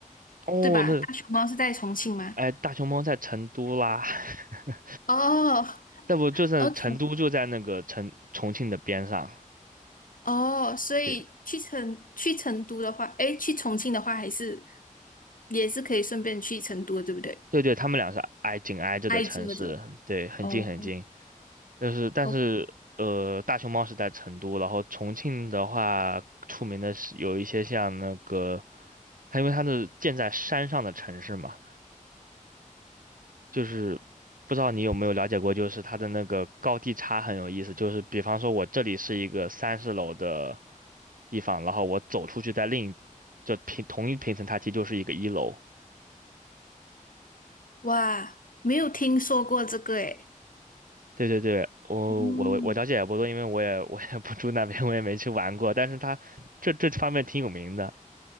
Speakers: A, on the right; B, on the left.
A: 哦，
B: 对吧？
A: 那
B: 大熊猫是在重庆吗？
A: 哎，大熊猫在成都啦，<laughs>
B: 哦
A: 那不就是成都就在那个成重庆的边上。
B: ，OK，<laughs> 哦，所以去成去成都的话，
A: 对
B: 诶，去重庆的话，还是也是可以顺便去成都的，对不对？
A: 对对，他们俩是挨紧挨着的城市，
B: 挨着的，
A: 对，很近很近。
B: 哦
A: 就是但是呃，
B: ，OK，
A: 大熊猫是在成都，然后重庆的话，出名的是有一些像那个它因为它是建在山上的城市嘛，就是不知道你有没有了解过，就是它的那个高低差很有意思。就是比方说，我这里是一个三十楼的地方，然后我走出去在另一就平同一平层它其实就是一个一楼。
B: 哇，没有听说过这个诶。
A: 对对对，我我我了解也不多，
B: 嗯。
A: 因为我也我也不住那边，我也没去玩过。但是它这这方面挺有名的。